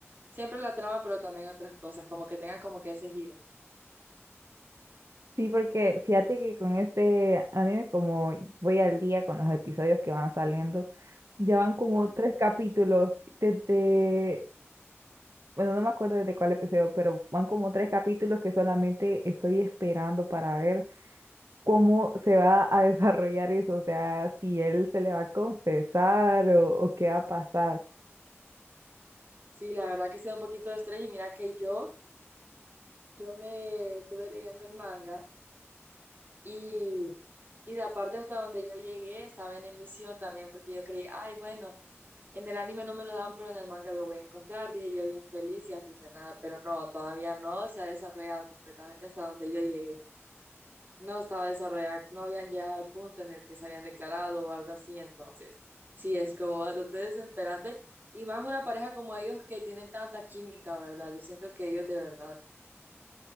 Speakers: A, on the right; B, on the right.
A: Siempre la trama, pero también otras cosas, como que tengan como que ese giro.
B: Sí, porque fíjate que con este anime, como voy al día con los episodios que van saliendo, ya van como
A: Ajá.
B: tres capítulos desde, bueno, no me acuerdo desde cuál episodio, pero van como tres capítulos que solamente estoy esperando para ver. cómo se va a <laughs> desarrollar eso, o sea, si él se le va a confesar o, o qué va a pasar.
A: Sí, la verdad que se da un poquito de estrés y mira que yo, yo me estuve leyendo el manga. Y, y de parte hasta donde yo llegué estaba en emisión también porque yo creí, ay, bueno, en el anime no me lo dan, pero en el manga lo voy a encontrar, dije yo bien feliz y aficionada, pero no, todavía no se ha desarrollado completamente hasta donde yo llegué. No estaba desarrollada, no habían llegado al punto en el que se habían declarado o algo así, entonces sí es como bastante desesperante. Y más una pareja como ellos que tienen tanta química, ¿verdad? Yo siento que ellos de verdad